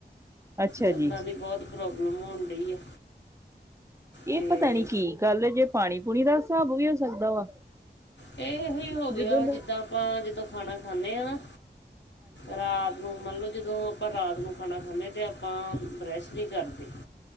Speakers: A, on the right; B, on the left.
A: ਅੱਛਾ
B: ਦੰਦਾਂ
A: ਜੀ
B: ਦੀ ਬਹੋਤ ਪ੍ਰੋਬਲਮ ਹੋਣ ਡਹੀ ਆ
A: ਇਹ
B: ਤੇ
A: ਪਤਾ ਨੀ ਕੀ ਗੱਲ ਜੇ ਪਾਣੀ ਪੂਣੀ ਦਾ ਹਿਸਾਬ ਵੀ ਹੋ ਸਕਦਾ ਵਾ
B: ਇਹ ਇਹੋਹੀ ਹੋ ਗਿਆ
A: ਜਦੋਂ
B: ਵਾ
A: ਦਾ
B: ਜਿੱਦਾਂ ਆਪਾਂ ਜਦੋਂ ਖਾਣਾ ਖਾਂਦੇ ਹਾਂ ਨਾ ਰਾਤ ਨੂੰ ਮਨਲੋ ਜਿਦੋਂ ਆਪਾਂ ਰਾਤ ਨੂੰ ਖਾਣਾ ਖਾਂਦੇ ਹ ਅਤੇ ਆਪਾਂ ਬਰੈਸ਼ ਨਹੀਂ ਕਰਦੇ